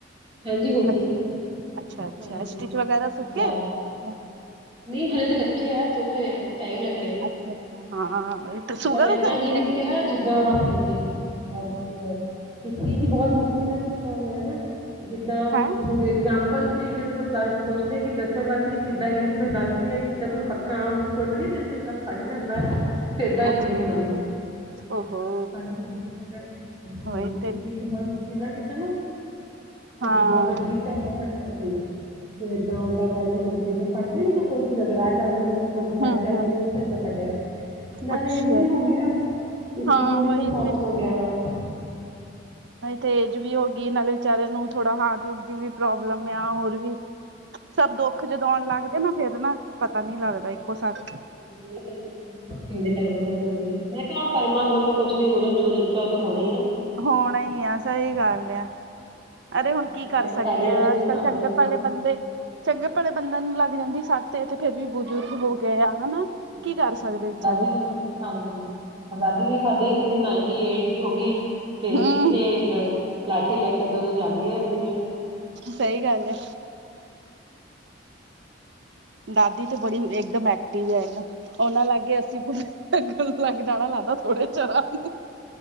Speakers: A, on the right (about 25°); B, on the right (about 65°).
A: ਹਾਂਜੀ ਹੋ
B: ਅੱਛਾ,
A: ਠੀਕ ਹੈ
B: ਅੱਛਾ
A: ਹਾਂਜੀ
B: ਸਟਿਚ ਵਗੈਰਾ ਸੁੱਕੇ
A: ਜਾ
B: ਹ <unintelligible>
A: ਨਹੀਂ ਹਲੇ ਤਾਂ ਕੱਚੇ ਆ ਸੁੱਖ ਰਹੇ ਆ ਟਾਈਮ ਲੱਗ ਰਹੇ ਆ
B: ਅੱਛਾ, ਅੱਛਾ ਹਾਂ ਸ਼ੂਗਰ
A: ਮਤਲਬ ਏਦਾਂ
B: ਉਗਰ ਵੀ
A: ਗਿਰੀ
B: ਹੈ
A: ਸੀ
B: ਕੀ
A: ਨਾ ਜਿੱਦਾਂ ਹਾਂਜੀ। ਮਤਲਬ ਕੀ ਇਸ ਚੀਜ਼ ਵੀ ਬਹੁਤ ਮੁਸ਼ਕਿਲ ਨਾਲ ਕੀਤਾ ਹੋਇਆ ਨਾ ਜਿੱਦਾਂ
B: ਹੈ
A: ਹੁਣ ਇਗਜਾਮਪਲ ਚ ਜਦ ਕੋਈ ਦੱਸ ਪੁੱਛਦੇ ਕਿ ਦੱਸਣ ਵਾਸਤੇ ਕਿ ਕਿੱਦਾਂ ਕਿ ਤੇ ਮੈਂ ਦੱਸਦੀ ਹਾਂ ਕਿ ਜਿੱਦਾਂ ਕੋਈ ਪੱਕਾ ਆਮ ਨੂੰ ਫੁੱਟ ਨੀ ਦਿੰਦੇ ਤਾਂ ਫਟ ਜਾਂਦਾ ਹੈ। ਤੇ ਏਦਾਂ
B: ਅੱਛਾ
A: ਗਿਰੀ ਆ ਮੰਮੀ
B: ਓਹੋ
A: ਸਾਨੂੰ ਹਾਂਜੀ
B: ਵਹੀ
A: ਇਸੇ
B: ਤੇ
A: ਲਈ ਬਹੁਤ ਮੁਸ਼ਕਿਲ ਆ ਕਿਤੇ ਨਾ ਕਿਉਂਕਿ
B: ਹਾਂ
A: ਬਹੁਤ ਅਜੀਬ ਇਦਾਂ ਫਟਿਆ ਸੀ ਤੂੰ ਇਏਦਾਂ ਓਦਾਂ ਕਰਕੇ ਮਤਲਬ ਜਿੱਦਾਂ ਫੱਟ ਨ ਜਾਂਦਾ ਕੋਈ ਚੀਜ਼ ਅਗੜਾ ਜਾਂਦਾਨੂੰ ਮਤਲਬ
B: ਹੂੰ
A: ਫਟ ਜਾਂਦਾ
B: ਹੂੰ
A: ਉਸ ਦਿਨ ਤਾਂ ਫਟਿਆ ਨਾ
B: ਅੱਛਾ
A: ਰੇਜ ਵੀ ਹੋ ਗਈ ਨਾ ਵਕੀਲ
B: ਹਾਂ
A: ਜੀ
B: ਵਹੀ
A: ਤੇ ਸੌਤ ਹੋ ਗਿਆ ਵਾ
B: ਤੇ ਏਜ ਵੀ ਹੋ ਗਈ ਨਾਲੇ ਵਿਚਾਰੇ ਨੂੰ ਥੋੜਾ ਹਾਰਡ ਹਡ ਵੀ ਪ੍ਰੋਬਲਮ ਆ ਹੋਰ ਵੀ ਸਭ ਦੁੱਖ ਜਦ ਆਉਣ ਲੱਗਦੇ ਨਾ ਫਿਰ ਨਾ ਪਤਾ ਨਹੀਂ ਲੱਗਦਾ ਇੱਕੋ ਸਥ
A: ਹਾਂਜੀ ਕਹਿੰਦੇ ਦੇ ਕਰਮਾਂ ਦਾ ਭੋ ਮੈਂ ਕਿਹਾ ਕਰਮਾਂ ਬੋਲੋ ਕੁਛ ਵੀ ਬੋਲੋ ਜੋ ਲਿਖਿਆ ਉਹ ਤਾਂ ਹੋਣਾ ਹੀ ਆ।
B: ਹੋਣਾ ਹੀ ਆ ਸਹੀ ਗੱਲ ਆ ਅਰੇ ਹੁਣ ਕੀ
A: ਭੋਗਣਾ
B: ਕਰ
A: ਤਾਂ
B: ਸਕੀਏ
A: ਸਾਰਿਆਂ ਨੂੰ
B: ਅੱਜ
A: ਸਾਰਿਆਂ
B: ਕੱਲ੍ਹ ਚੰਗੇ
A: ਨੂੰ
B: ਬਲੇ
A: ਆ
B: ਬੰਦੇ ਚੰਗੇ ਭਲੇ ਬੰਦ ਨੂੰ ਲੱਗ ਜਾਂਦੀ ਸਟ ਤੇ ਤੇ ਫੇਿਰ ਵੀ ਬਜ਼ੁਰਗ
A: ਹਾਂਜੀ
B: ਹੋ ਗਏ ਆ ਹਨਾ ਕੀ
A: ਦਾਦੀ
B: ਕਰ ਸਕਦੇ ਵਿਚਾਰੇ
A: ਨੂੰ ਵੀ, ਹਾਂਜੀ ਆਜ਼ਾਦੀ ਵੀ ਸਾਡੀ ਕਿੰਨੀ ਨਾਈਟੀ ਏਟ ਦੀ ਹੋ ਗਈ। ਫੇਰ
B: ਹੂੰ
A: ਵੀ ਕਿੱਥੇ ਅ ਲਾਠੀ ਲੈ ਕੇ ਦੋ ਉਦੋ ਜਾਂਦੀ ਰਹਿੰਦੀ ਆ।
B: ਸਹੀ ਗੱਲ ਹੈ। ਦਾਦੀ ਤੇ ਬੜੀ ਇੱਕਦਮ ਐਕਟਿਵ ਹੈ ਉਹਨਾਂ ਲਾਗੇ ਅਸੀਂ ਲੱਗ ਜਾਣਾ ਲੱਗਦਾ ਥੋੜੇ ਚਰਾਂ ਨੂੰ